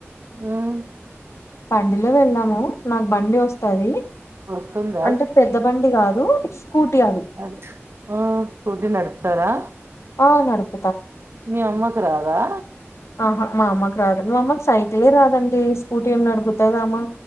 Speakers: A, on the right; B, on the left.
A: ఉమ్,
B: బండిలో వెళ్ళాము నాకు బండి వస్తది
A: వస్తుందా
B: అంటే పెద్ద బండి కాదు స్కూటీ అది
A: అది ఆ స్కూటీ నడపుతారా
B: ఆ నడుపు
A: మీ అమ్మకి రాదా
B: ఆహా మా అమ్మకి రాదు మా అమ్మకి సైకిలే రాదండి స్కూటీ ఏమి నడుపుతదామా